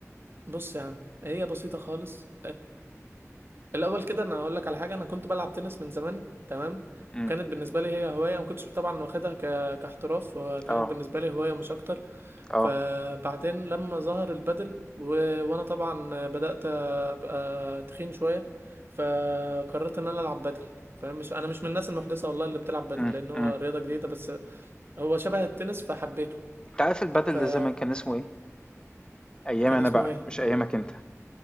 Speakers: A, on the right; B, on the left.
A: بص يا عم هي بسيطة خالص الاول كده انا هقول لك على حاجه انا كنت بلعب تنس من زمان تمام
B: إمم.
A: كانت بالنسبه لي هي هوايه ما كنتش طبعا واخدها ك... كاحتراف وكانت
B: آه،
A: بالنسبه لي هوايه مش اكتر
B: آه.
A: فبعدين لما ظهر البادل و... وانا طبعا بدات ابقى تخين شويه فقررت ان انا العب بادل فاهم مش انا مش من الناس المحدثه والله اللي بتلعب بادل
B: إمم،
A: لان هو
B: إمم.
A: رياضه جديده بس هو شبه التنس فحبيته
B: أنت عارف البادل
A: فكان
B: ده زمان كان اسمه إيه؟ أيامي
A: اسمه
B: أنا بقى
A: ايه
B: مش أيامك أنت،